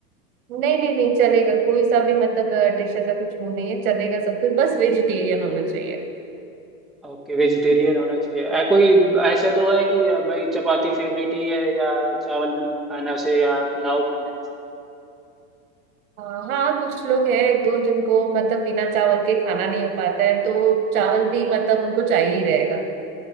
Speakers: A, on the right; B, in the centre.
A: नहीं नहीं नहीं चलेगा कोई सा भी मतलब डिश ऐसा कुछ वो नहीं है चलेगा सब कुछ बस वेजिटेरियन होना चाहिए
B: ओके वेजिटेरियन होना चाहिए अ, कोई ऐसे तो है कि अ, भाई चपाती फेवरेट ही है या चावल खाना से या पुलाव खाना है ऐसे
A: हाँ हाँ कुछ लोग हैं एक दो जिनको मतलब बिना चावल के खाना नहीं हो पाता है तो चावल भी मतलब उनको चाहिए ही रहेगा